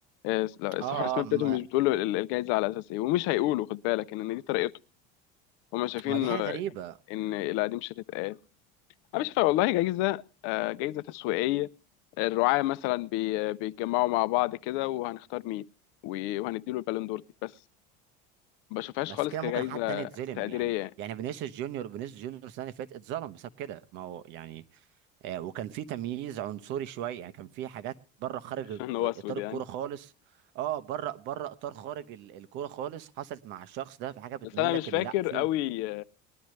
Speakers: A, on the left; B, on the right.
A: آه، لا، الصحافه
B: اه
A: الرسميه
B: اه ما
A: بتاعتهم مش بتقول له ال- الجايزه على اساس ايه ومش هيقولوا خد بالك ان إن دي طريقتهم هم شايفين
B: ما دي حاجه
A: آه،
B: غريبه
A: ان لا دي مش هتتقال انا مش شايفها والله جايزه آه، جايزه تسويقيه الرعاة مثلا بي- آه، بيتجمعوا مع بعض كده وهنختار مين و- وهنديله البالون دور دي بس ما بشوفهاش
B: بس
A: خالص
B: كده
A: كجايزه
B: ممكن حد تاني يتظلم
A: تقديريه
B: يعني
A: يعني
B: يعني فينيسيوس جونيور فينيسيوس جونيور السنه اللي فاتت اتظلم بسبب كده ما هو يعني آه، وكان في تمييز عنصري شويه يعني كان في حاجات بره خارج
A: <laughs> عشان
B: ال-
A: هو
B: آه،
A: اسود
B: اطار
A: يعني
B: الكوره خالص اه بره بره اطار خارج ال- الكوره خالص حصلت مع الشخص ده في حاجه بتميل
A: بس انا
B: لك
A: مش
B: ان
A: فاكر
B: لا في
A: قوي